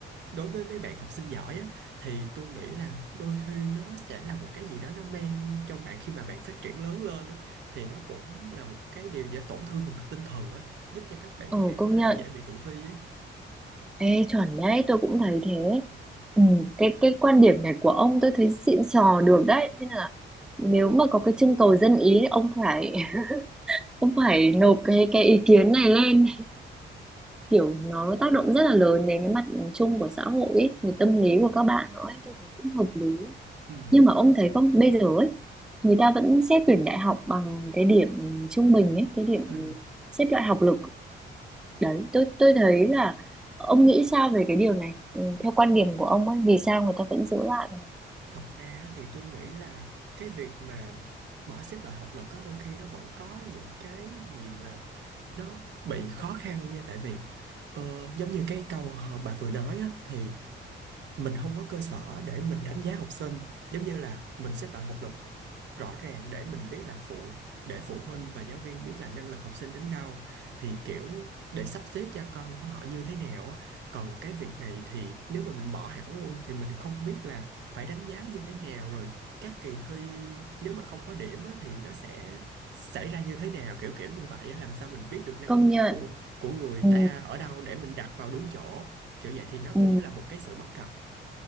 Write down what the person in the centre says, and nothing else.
ừ
công
nhận
Ê, chuẩn đấy, tôi cũng thấy thế. Ừ, cái cái quan điểm này của ông tôi thấy xịn sò được đấy. Thế là nếu mà có cái trưng cầu dân ý thì ông phải <laughs> ông phải nộp cái cái ý kiến này lên kiểu nó tác động rất là lớn đến cái mặt chung của xã hội ấy, về tâm lý của các bạn nữa ấy, tôi thấy cũng hợp lý.
Nhưng mà ông thấy không bây giờ ấy người ta vẫn xét tuyển đại học bằng cái điểm trung bình ấy, cái điểm
xếp loại học lực đấy tôi tôi thấy là ông nghĩ sao về cái điều này ừ, theo quan điểm của ông ấy vì sao người ta vẫn giữ lại cái này?
công
nhận
ừ,
ừ.